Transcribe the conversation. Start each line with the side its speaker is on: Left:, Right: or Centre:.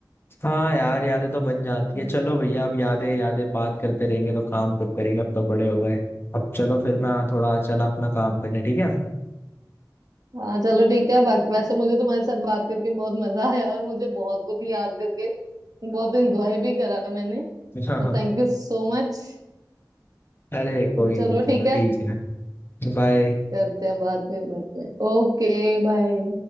Left: हाँ यार यादें तो बन जाती
Right: हम्म।
Left: है चलो भैया अब यादें यादें बात करते रहेंगे तो काम कब करेंगे अब तो बड़े हो गए अब चलो फिर मैं थोड़ा चला अपना काम करने ठीक
Right: हाँ चलो ठीक है बाकी वैसे मुझे तुम्हारे साथ बात करके बहुत मजा आया और मुझे बहुत कुछ याद करके बहुत एंजॉय भी करा मैंने तो
Left: है
Right: थैंक
Left: <laughs>
Right: यू सो मच
Left: अरे
Right: तो
Left: कोई
Right: चलो
Left: नहीं चलो
Right: ठीक है
Left: ठीक है बाय
Right: करते हैं बाद में बात में Okay bye